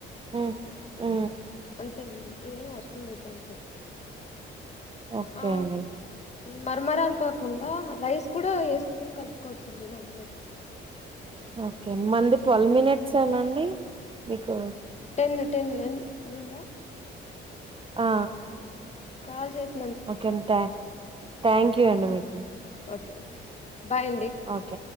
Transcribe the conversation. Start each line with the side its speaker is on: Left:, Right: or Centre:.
Right: ఊ ఊ
Left: అంతే ఇంకేం అవసరం లేదు దాంట్లోకి
Right: ఓకే
Left: ఆ
Right: అండి
Left: మరమరాలు కాకుండా రైస్ కూడా కుని కలుపుకోవచ్చండి దాంట్లోకి
Right: ఓకే మంది ట్వెల్వ్ మినిట్స్ ఏనాండి మీకు
Left: టెన్ టెన్ ఎంత అయిందా
Right: ఆ
Left: కాల్ చేసి
Right: ఓకే అండి తా థ్యాంక్ యూ అండి మీకు
Left: ఓకే ఓకే బాయ్ అండి
Right: ఓకే